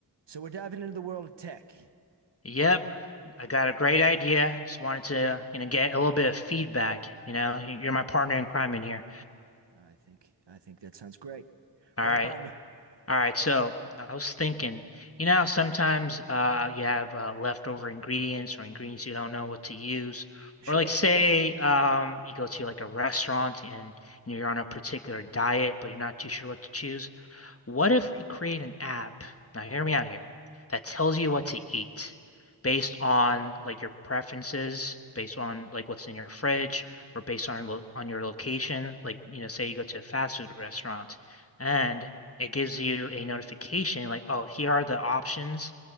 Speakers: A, on the right; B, on the left.
A: So we're diving into the world of tech.
B: Yep, I got a great idea. Just wanted to, you know, get a little bit of feedback. You know, you're my partner in crime in here.
A: I think I think that sounds great.
B: All
A: Run
B: right,
A: it by me.
B: all right. So I was thinking, you know, how sometimes uh, you have uh, leftover ingredients or ingredients you don't know what to use,
A: Sure.
B: or like say um, you go to like a restaurant and you know you're on a particular diet, but you're not too sure what to choose. What if we create an app? Now, hear me out here. That tells you what to eat based on like your preferences, based on like what's in your fridge, or based on lo on your location. Like, you know, say you go to a fast food restaurant, and it gives you a notification like, oh, here are the options